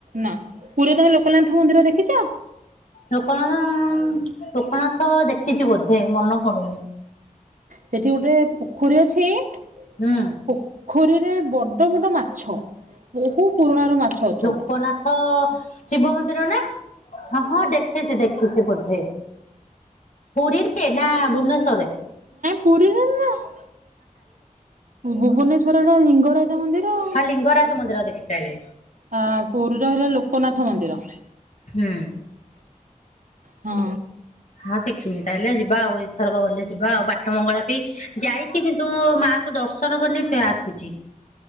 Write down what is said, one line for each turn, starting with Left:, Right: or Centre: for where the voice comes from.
Right: ନା ପୁରୀରେ ତମେ ଲୋକ ଅୋକନାଥ ମନ୍ଦିର ଦେଖିଛ
Left: ଲୋକନାଥ ଲୋକନାଥ ଦେଖିଛି ବୋଧେ ମନ ପଡୁନି
Right: ସେଠି ଗୋଟେ ପୋଖରୀ ଅଛି ପୋଖରୀରେ
Left: ହୁଁ
Right: ବ ବୋଟ ବଟ ମାଛ ବହୁ ପୁରୁଣ ର ମାଛ ଅଛନ୍ତି
Left: ଲୋକନାଥ ଶିବ ମନ୍ଦିର ନା ହ ହଁ ଦେଖିଛି ଦେଖିଛି ବୋଧେ ପୁରୀରେ ନା ଭୁବନେଶ୍ୱରରେ
Right: ପୁରୀ ଭୁବନେଶ୍ଵର ଲିଙ୍ଗରାଜ ମନ୍ଦିର ଆଉ
Left: ହଁ ଲିଙ୍ଗରାଜ ମନ୍ଦିର ଦେଖି ତାହେଲେ।
Right: ଆ ପୁରୀରେ ହେଲା ଲୋକନାଥ ମନ୍ଦିର
Left: ହୁଁ
Right: ହଁ
Left: ହଁ ଦେଖିନ ତାହେଲେ ଯିବା ଆଉ ଏଥରକ ଗଲେ ଯିବା ଆଉ ପାଠ ମଙ୍ଗଳା ବି ଯାଇଛି କିନ୍ତୁ ମାଆଙ୍କୁ ଦର୍ଶନ କରିନ ଆସିଛି